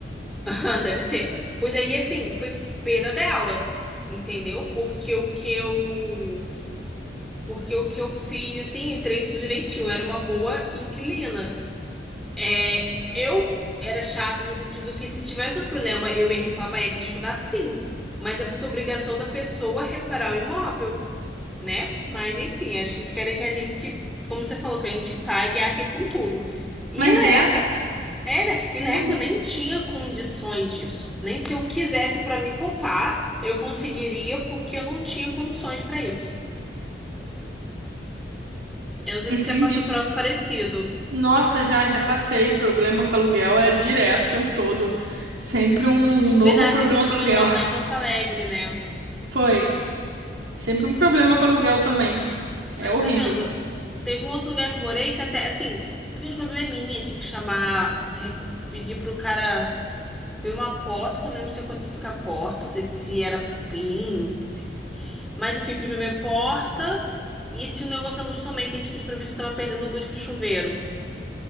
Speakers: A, in the centre; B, on the right.
A: Ah, Deve ser. Pois aí, assim, foi perda dela. Entendeu? Porque o que eu. Porque o que eu fiz, assim, entrei tudo direitinho. eu Era uma boa inquilina. É, eu era chata no sentido que se tivesse um problema, eu ia reclamar, ia questionar, sim. Mas é porque é obrigação da pessoa reparar o imóvel, né? Mas, enfim, acho que eles querem que a gente, como você falou, que a gente pague e arque com tudo. E
B: Mas
A: na
B: é,
A: época, É, né? E na
B: é
A: época eu
B: isso.
A: nem tinha condições disso. Nem se eu quisesse pra me poupar, eu conseguiria, porque eu não tinha condições pra isso. Eu não sei
B: Entendi.
A: se você já passou por algo parecido.
B: Nossa, já, já passei. Problema com aluguel é direto, o tempo todo. Sempre um novo
A: Verdade,
B: problema
A: você contou
B: com
A: aquele
B: aluguel.
A: negócio lá em Porto Alegre, né?
B: <laughs> Foi. Sempre um problema com aluguel também. É
A: Mas
B: horrível.
A: tá vendo? Teve um outro lugar que eu morei que até, assim, teve uns probleminhas. Tive que chamar, re- pedir pro cara ver uma porta, que eu não lembro se tinha acontecido com a porta, não sei se era cupim. Mas enfim, pedi pra ver a porta. E tinha um negócio da luz também, que a gente pediu pra ver se eu tava perdendo luz pro chuveiro.